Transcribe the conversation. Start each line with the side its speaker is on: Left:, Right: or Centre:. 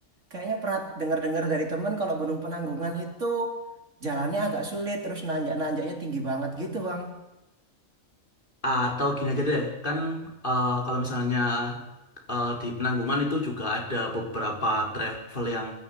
Right: kayaknya pernah dengar-dengar dari temen kalau Gunung Penanggungan itu jalannya agak sulit, terus nanjak-nanjaknya tinggi banget gitu Bang.
Left: Atau gini aja deh, kan eh, kalau misalnya eh, di Penanggungan itu juga ada beberapa travel yang